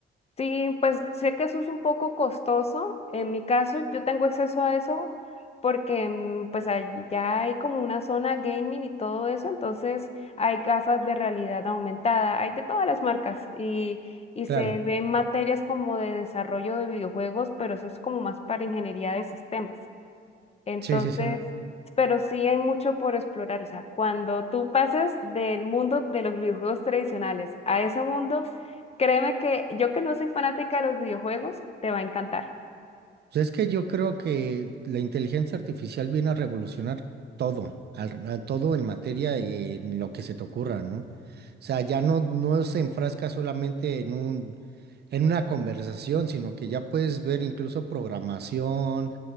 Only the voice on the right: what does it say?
Claro,
sí, sí, sí.
Pues es que yo creo que la inteligencia artificial viene a revolucionar todo, al- a todo en materia y en lo que se te ocurra, ¿no? O sea, ya no, no se enfrasca solamente en un, en una conversación, sino que ya puedes ver incluso programación,